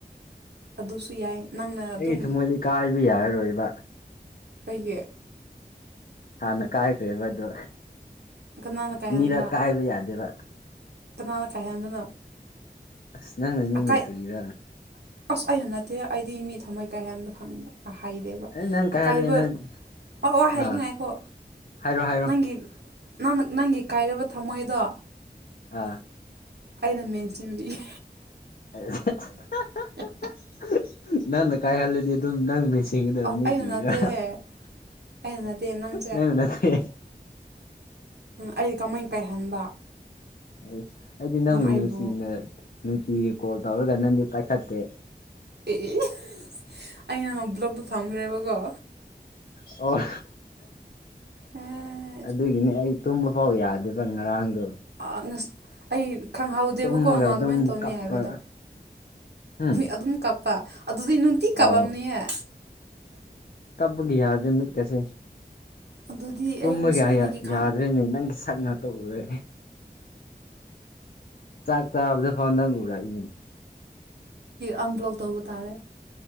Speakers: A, on the right (about 85°); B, on the left (about 55°).
A: ꯑꯗꯨꯁꯨ ꯌꯥꯏ ꯅꯪꯅ ꯑꯗꯨꯝ
B: ꯑꯩꯒꯤ ꯊꯃꯣꯏꯗꯤ ꯀꯥꯏꯕ ꯌꯥꯔꯔꯣꯏꯕ
A: ꯀꯩꯒꯤ
B: ꯍꯥꯟꯅ ꯀꯥꯏꯈ꯭ꯔꯦꯕꯗꯣ
A: ꯀꯅꯥꯅ ꯀꯥꯏꯍꯟꯕ
B: ꯑꯅꯤꯔꯛ ꯀꯥꯏꯕ ꯌꯥꯗꯦꯕ
A: ꯀꯅꯥꯅ ꯀꯥꯏꯍꯟꯕꯅꯣ
B: ꯑꯁ ꯅꯪꯅ ꯅꯤꯅꯦ
A: ꯑꯀꯥꯏ
B: ꯀꯔꯤꯔ
A: ꯑꯁ ꯑꯩꯅ ꯅꯠꯇꯦ ꯑꯩꯗꯤ ꯃꯤ ꯊꯝꯃꯣꯏ ꯀꯥꯏꯍꯟꯕ ꯈꯪꯗꯦ ꯑꯥ ꯍꯥꯏꯗꯦꯕ
B: ꯑꯦ ꯅꯪ ꯀꯥꯏꯍꯜꯂꯦ
A: ꯑꯀꯥꯏꯕ
B: ꯅꯪ
A: ꯑꯣ ꯋꯥ ꯍꯥꯏꯒꯦ
B: ꯑꯥ
A: ꯉꯥꯏꯈꯣ
B: ꯍꯥꯏꯔꯣ ꯍꯥꯏꯔꯣ
A: ꯅꯪꯒꯤ ꯅꯪꯅ ꯅꯪꯒꯤ ꯀꯥꯏꯔꯕ ꯊꯃꯣꯏꯗꯣ
B: ꯑꯥ
A: ꯑꯩꯅ ꯃꯦꯟꯁꯤꯟꯕꯤꯒꯦ
B: ꯑꯍ ꯍꯥ ꯍꯥ
A: <inaudible>
B: <inaudible> ꯍꯥ ꯍꯥ <inaudible> ꯅꯪꯅ ꯀꯥꯏꯍꯜꯂꯗꯤ ꯑꯗꯨꯝ ꯅꯪꯅ ꯃꯦꯟꯁꯤꯟꯒꯗꯕꯅꯤ
A: ꯑꯦ ꯑꯩꯅ
B: ꯀ꯭ꯔꯤꯔ
A: ꯅꯠꯇꯦꯍꯦ ꯑꯩꯅ ꯅꯠꯇꯦ ꯅꯪꯁꯦ
B: ꯅꯪꯅ ꯅꯠꯊꯦ
A: ꯑꯩꯗꯤ ꯀꯃꯥꯏꯅ ꯀꯥꯏꯍꯟꯕ
B: ꯑꯦꯁ ꯑꯩꯗꯤ ꯅꯪꯕꯨ
A: ꯅꯪ ꯑꯩꯕꯨ
B: ꯅꯨꯡꯁꯤꯅ ꯅꯨꯡꯇꯤꯒꯤ ꯀꯣꯜ ꯇꯧꯔꯒ ꯅꯪꯗꯤ ꯄꯥꯏꯈꯠꯇꯦ
A: ꯑꯦ ꯑꯦ ꯍꯦ ꯑꯩꯅ ꯅꯪ ꯕ꯭ꯂꯣꯛꯇꯣ ꯊꯝꯈ꯭ꯔꯦꯕꯀꯣ
B: ꯑꯣ ꯍꯣ ꯍꯣ
A: ꯎꯝ <inaudible>
B: ꯑꯗꯨꯒꯤꯅꯦ ꯑꯩ ꯇꯨꯝꯕ ꯐꯥꯎ ꯌꯥꯗꯦꯕ ꯉꯔꯥꯡꯗꯣ
A: ꯑ ꯑꯁ ꯑꯩ ꯈꯪꯍꯧꯗꯦꯕꯀꯣ
B: ꯇꯨꯝꯃꯒ
A: ꯅꯪ ꯑꯗꯨꯃꯥꯏꯅ
B: ꯑꯗꯨꯝ
A: ꯇꯧꯅꯤ
B: ꯀꯞꯄ
A: ꯍꯥꯏꯕꯗꯣ
B: ꯎꯝ
A: ꯑꯗꯨꯝ ꯀꯥꯞꯄ ꯑꯗꯨꯗꯤ ꯅꯨꯡꯇꯤ ꯀꯥꯄꯝꯅꯤꯍꯦ
B: ꯑꯧ ꯇꯨꯝꯕꯒꯤ ꯌꯥꯗ꯭ꯔꯦ ꯃꯤꯠꯀꯁꯦ
A: ꯑꯗꯨꯗꯤ
B: ꯇꯨꯝꯕꯒꯤ
A: ꯑꯩ ꯉꯁꯤꯗꯒꯤ ꯈꯪ
B: ꯌꯥꯗ꯭ꯔꯦꯅꯦ ꯅꯪꯒꯤ ꯁꯛ ꯉꯥꯛ ꯇ ꯎꯔꯦ ꯆꯥꯛ ꯆꯥꯕꯗ ꯐꯥꯎ ꯅꯪ ꯎꯔꯛꯏꯅꯤ
A: ꯑꯃꯨꯛ ꯕ꯭ꯂꯣꯛ ꯇꯧꯕ ꯇꯥꯔꯦ